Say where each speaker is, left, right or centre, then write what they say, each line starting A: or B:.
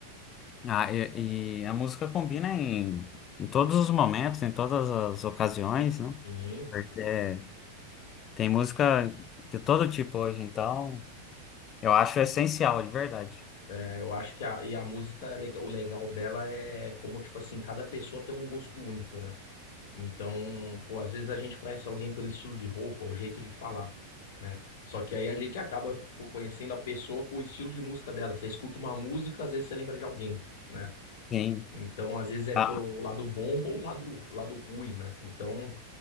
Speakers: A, on the left; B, on the left.
A: Ah, e, e a música combina em, em todos os momentos, em todas as ocasiões, né?
B: Sim,
A: Porque Tem música de todo tipo hoje, então eu acho essencial, de verdade.
B: É, eu acho que a, e a música, é lega- o legal dela é como, tipo assim, cada pessoa tem um gosto único, né? Então, pô, às vezes a gente conhece alguém pelo estilo de roupa, o jeito de falar, né? Só que aí a gente acaba, pô, conhecendo a pessoa com o estilo de música dela. Você escuta uma música, às vezes você lembra de alguém, né?
A: Sim,
B: Então, às vezes é
A: ah,
B: pelo lado bom <laughs> ou lado, lado ruim, né? Então,